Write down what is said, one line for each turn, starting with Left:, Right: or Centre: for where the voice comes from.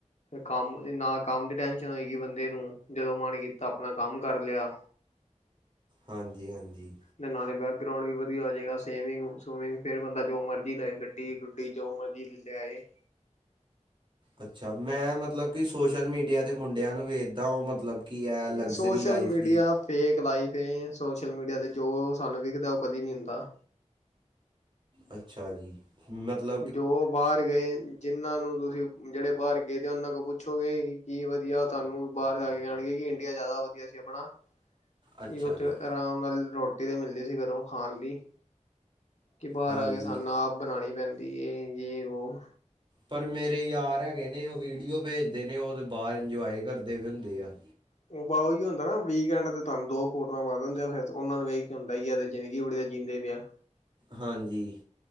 Left: ਕੰਮ ਨਾ ਕੰਮ ਦੀ ਟੈਨਸ਼ਨ ਹੋਏਗੀ ਬੰਦੇ ਨੂੰ, ਜਦੋਂ ਮਨ ਕੀਤਾ ਆਪਣਾ ਕੰਮ ਕਰ ਲਿਆ।
Right: ਹਾਂਜੀ, ਹਾਂਜੀ।
Left: ਨਾਲੇ ਬੈਕਗਰਾਉਂਡ ਵੀ ਵਧੀਆ ਹੋ ਜੇਗਾ, ਸੇਵਿੰਗ-ਸੁਵਿੰਗ, ਫਿਰ ਬੰਦਾ ਜੋ ਮਰਜ਼ੀ ਲਏ, ਗੱਡੀ ਗੁੱਡੀ ਜੋੋ ਮਰਜੀ ਲਿਆਏ।
Right: ਅੱਛਾ, ਮੈਂ ਮਤਲਬ ਕਿ ਸੋਸ਼ਲ ਮੀਡੀਆ ਦੇ ਮੁੰਡਿਆਂ ਨੂੰ ਵੇਖਦਾ, ਉਹ ਮਤਲਬ ਕੀ ਏ, ਲਗਜ਼ਰੀ
Left: ਸੋਸ਼ਲ
Right: ਲਾਈਫ
Left: ਮੀਡੀਆ
Right: ਦੀ।
Left: ਫੇਕ ਲਾਈਫ ਏ ਸੋਸ਼ਲ ਮੀਡੀਆ ਤੇ, ਜੋ ਸਾਨੂੰ ਵਿਖਦਾ ਉਹ ਕਦੇ ਨਹੀਂ ਹੁੰਦਾ।
Right: ਅੱਛਾ ਜੀ। ਮਤਲ
Left: ਜੋ ਬਾਹਰ ਗਏ, ਜਿੰਨਾਂ ਨੂੰ ਤੁਸੀਂ, ਜਿਹੜੇ ਬਾਹਰ ਗਏ, ਉਹਨਾਂ ਕੋਲ ਪੁੱਛੋਗੇ ਵੀ ਕੀ ਵਧੀਆ, ਉਹ ਤੁਹਾਨੂੰ ਬਾਹਰ ਜਾ ਕੇ ਜਾਣਗੇ, ਕਿ ਇੰਡੀਆ ਜ਼ਿਆਦਾ ਵਧੀਆ ਸੀ ਆਪਣਾ।
Right: ਅੱਛਾ
Left: ਕੀ ਉੱਥੇ
Right: ਜੀ
Left: ਆਰਾਮ ਨਾਲ ਰੋਟੀ ਤੇ ਮਿਲਦੀ ਸੀ, ਘਰੋਂ ਖਾਣ ਲਈ। ਕਿ ਬਾਹਰ
Right: ਹਾਂਜੀ
Left: ਆ ਕੇ ਸਾਨੂੰ ਆਪ ਬਣਾਣੀ ਪੈਂਦੀ ਏ, ਜੇ ਉਹੋ
Right: ਪਰ ਮੇਰੇ ਯਾਰ ਹੈਗੇ ਨੇ, ਉਹ ਵੀਡੀਓ ਭੇਜਦੇ ਨੇ, ਉਹ ਤਾਂ ਬਾਹਰ ਇੰਜੋਏ ਕਰਦੇ ਹੁੰਦੇ ਆ।
Left: ਉਹ ਬ ਉਹੀ ਹੁੰਦਾ ਨਾ, ਵੀਕਐਂਡ ਤੇ ਤੁਹਾਨੂੰ ਦੋ ਫੋਟੋਆਂ ਪਾ ਦਿੰਦੇ ਆ, ਫਿਰ ਉਹਨਾ ਨੂੰ ਵੇਖ ਕੇ ਹੁੰਦਾ ਈ ਏ। ਜ਼ਿੰਦਗੀ ਬੜੀਆ ਦਾ ਜੀਂਦੇ ਪਏ ਆ।
Right: ਹਾਂਜੀ।